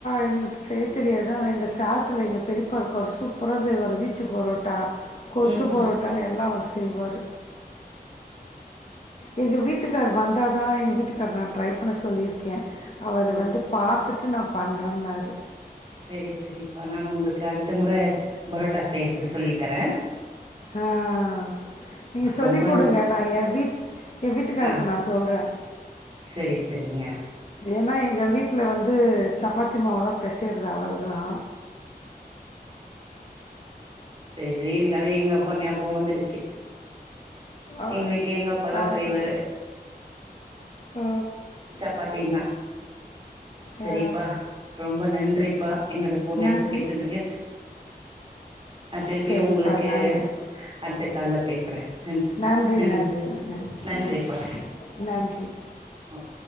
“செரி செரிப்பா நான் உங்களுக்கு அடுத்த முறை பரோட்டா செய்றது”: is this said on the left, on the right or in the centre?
Right